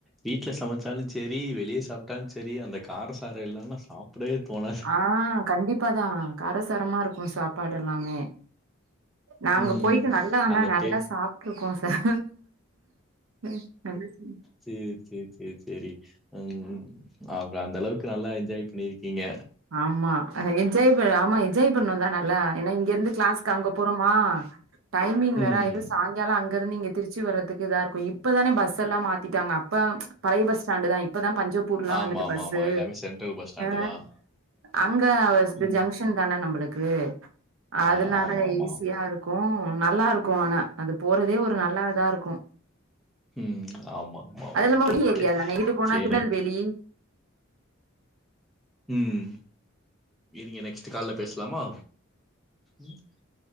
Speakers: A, in the centre; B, on the right.
A: வீட்ல சமச்சாலு சேர் ரி வெளியே சாப்ட்டாலு செரி அந்த காரசாரோ இல்லாம சாப் ப்டவே தோணாத்
B: ஆ கண்டிப்பாதா காரசாரமா இருக்கு சாப்பாடெல்லாமே நாங்க
A: ம்.
B: போயிட்டு நல்லா ஆனா
A: அந்த
B: நல்லா
A: டேஸ்ட்
B: சாப்ட்ருக்கோ சார் ம் நல்ல ருசி
A: சேர் சேர் சேர் செரி ம் அவங்க அந்த அளவுக்கு நல்லா என்ஜாய் பண்ணிருக்கீங்க
B: ஆமா என்ஜாய் ஆமா என்ஜாய் பண்ணோ தா நல்லா ஏன்னா இங்க இருந்து கிளாஸ்க் அங்க போறோமா டைமிங்
A: ம்.
B: வேற ஆயிடு சாய்ங்கால அங் கருந்து இங்க திருச்சி வர்றதுக்கு இதா இருக்கு இப்பதான பஸ் எல்லா மாத்திட்டாங்க அப்ப பழைய பஸ் ஸ்டாண்ட் தா இப்பதா பஞ்சோப் பூர்லா
A: ஆமா,
B: வந்துட்டு
A: ஆமா,
B: பஸ்ஸு
A: ஆமா. எல்லாமே சென்ட்ரல் பஸ் ஸ்டாண்டு
B: ஆ
A: தான்.
B: அங்க
A: ம்.
B: ஜங்ஷன் தான நம்பளுக்கு அதனால
A: ஆ ஆமா, ஆமா.
B: ஈஸியா இருக் க்கு நல்லா இருக்கு ஆனா அது போறதே ஒரு நல்லா இதா இருக்கு
A: ம் ஆமா ஆமா
B: அது இல்லாம
A: ஓகே
B: உங்க
A: ஓகே
B: ஏரியா தானே இங்கிட்டு போனா
A: செர்
B: திருநெல்வேலி
A: ம் இருங்க நெக்ஸ்ட்டு கால்ல பேசலாமா ம்